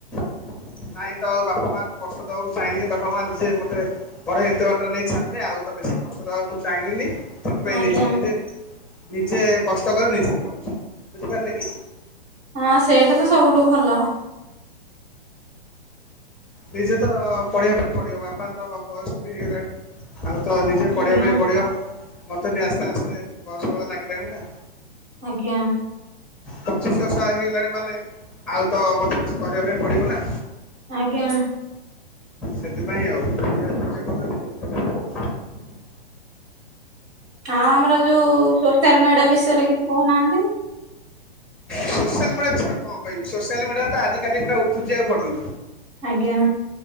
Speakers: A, in the centre; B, on the right.
A: <inaudible> ନାଇଁ ତ ଆଉ ବାପା ମାଆଙ୍କୁ କଷ୍ଟ ଦେବାକୁ ଚାହିଁଲିନି, ବାପା ମାଆ ନିଜେ ମତେ ପଢେଇ ଏତେ ବାଟରେ ନେଇ ଛାଡିଲେ ଆଉ ତ ବେଶୀ କି କଷ୍ଟ ଦେବାକୁ ମୁଁ ଚାହିଁଲିନି। ସେଥିପାଇଁ
B: ଆଜ୍ଞା
A: ନିଜେ ନିଜେ ନିଜେ କଷ୍ଟକରି ନିଜେ ପଡୁଛି ବୁଝିପାରିଲେ କି?
B: ହଁ ସେଇଟା ତ ସବୁଠୁ ଭଲ।
A: ନିଜେ ତ ପଢିବା ପାଇଁ ପଡିବ ବାପାଙ୍କ ତ ବୟସ ବି ହେଇଗଲାଣି। ଆଉ ତ ନିଜେ ପଢ଼ିବା
B: ଆଜ୍ଞା
A: ପାଇଁ ପଡିବ, ମୋତେ ବି ଆସ୍ତେ ଆସ୍ତେ ବୟସ ଲାଗିଲାଣି ନା।
B: ଆଜ୍ଞା।
A: ପଚିଶ ବର୍ଷ ହେଇଗଲାଣି ମାନେ ଆଉ ତ ମତେ କିଛି କରିବା ପାଇଁ ପଡିବ ନା।
B: ଆଜ୍ଞା।
A: ସେଥିପାଇଁ ଆଉ, ନିଜେ ନିଜ ଖର୍ଚ୍ଚ ନିଜେ ଉଠେଇବା ପାଇଁ ପଡ଼ୁଛି।
B: ହଁ ଆମର ଯୋଉ ସୋସିଆଲ ମିଡିଆ ବିଷୟରେ କିଛି କହୁନାହାନ୍ତି?
A: ସୋସିଆଲ ମିଡିଆ ବିଷୟରେ କଣ କହିବି ସୋସିଆଲ ମିଡିଆ ତ ଆଜିିକାଲି ପୁରା ଉଠୁଛି ଆଉ ପଡୁ
B: ଆଜ୍ଞା।